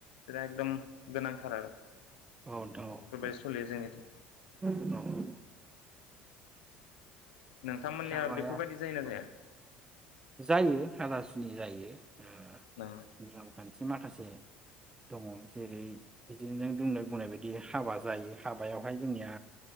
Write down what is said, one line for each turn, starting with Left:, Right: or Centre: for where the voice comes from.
Left: बिराद एकदम गोनांथार आरो
Right: औ नोंथां
Left: बेफोरबायदि सोलियो
Right: औ
Left: जोंनिथिं
Right: औ औ
Left: नोंथांमोननिया
Right: हाबाया
Left: बेफोरबायदि जायोना
Right: औ
Left: जाया
Right: जायो हाथासुनि जायो ओ
Left: औ
Right: नियम खान्थि माखासे दङ जेरै बिद बिदिनो नों <unintelligible> बुंनाय बायदि हाबा जायो हाबायावहाय जोंनिया